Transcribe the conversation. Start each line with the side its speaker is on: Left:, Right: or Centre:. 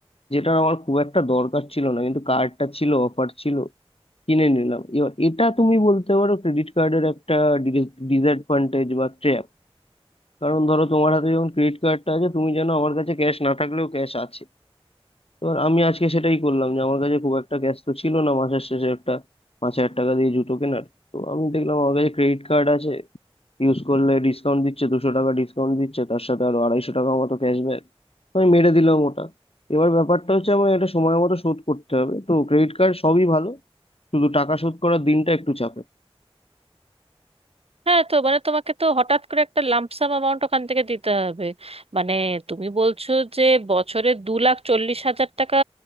Left: যেটা আমার খুব একটা দরকার ছিল না কিন্তু কার্ডটা ছিল অফার ছিল কিনে নিলাম এবার এটা তুমি বলতে পারো ক্রেডিট কার্ডের একটা ডিসঅ্যাডভান্টেজ বা ট্র্যাপ কারণ ধরো তোমার হাতে যখন ক্রেডিট কার্ডটা আছে তুমি জানো আমার কাছে ক্যাশ না থাকলেও ক্যাশ আছে এবার আমি আজকে সেটাই করলাম যে আমার কাছে খুব একটা ক্যাশ তো ছিল না মাসের শেষে একটা পাঁচ হাজার টাকা দিয়ে জুতো কেনার তো আমি দেখলাম আমার কাছে ক্রেডিট কার্ড আছে ইউজ করলে ডিসকাউন্ট দিচ্ছে দুশো টাকা ডিসকাউন্ট দিচ্ছে তার সাথে আরো আড়াইশো টাকা মতো ক্যাশব্যাক আমি মেরে দিলাম ওটা এবার ব্যাপারটা হচ্ছে আমার এটা সময় মতো শোধ করতে হবে তো ক্রেডিট কার্ড সবই ভালো শুধু টাকা শোধ করার দিনটা একটু চাপের
Right: হ্যাঁ তো মানে তোমাকে তো হঠাৎ করে একটা লাম্পসাম অ্যামাউন্ট ওখান থেকে দিতে হবে মানে তুমি বলছো যে বছরে দু লাখ চল্লিশ হাজার টাকা